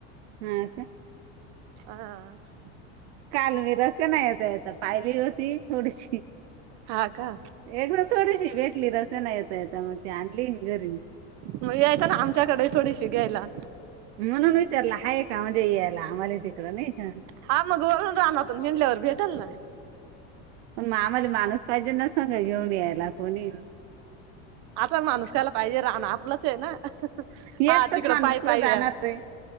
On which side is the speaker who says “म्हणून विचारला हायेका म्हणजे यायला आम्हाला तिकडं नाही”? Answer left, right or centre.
Right